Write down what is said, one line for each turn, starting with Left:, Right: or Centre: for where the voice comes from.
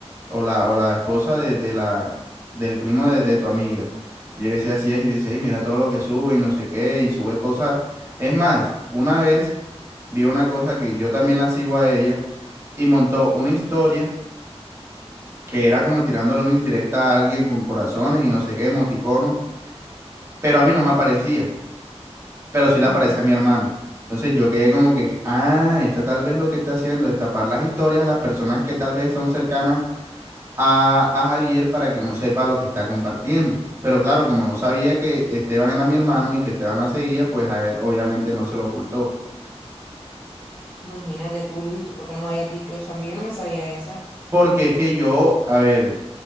Right: o la, o la esposa de, de la, del primo de, de tu amiga. Y Yo le decía así es y me decía, ay, mira todo lo que sube y no sé qué, y sube cosas. Es más, una vez vi una cosa que yo también la sigo a ella y montó una historia que era como tirándole una indirecta a alguien con corazones y no sé qué, emoticono, pero a mí no me aparecía. pero sí le
Left: ujú.
Right: aparecía a mi hermano. Entonces yo quedé como que, ah, esta tal vez lo que está haciendo es tapar las historias a las personas que tal vez son cercanas a, a Javier para que no sepa lo que está compartiendo. Pero claro, como no sabía que Esteban era mi hermano y que Esteban la seguía, pues a él obviamente no se lo ocultó.
Left: Imagínate tú, Luis, ¿y tú por qué no me habías dicho eso? A mí yo no me sabía esa.
Right: Porque es que yo, a ver.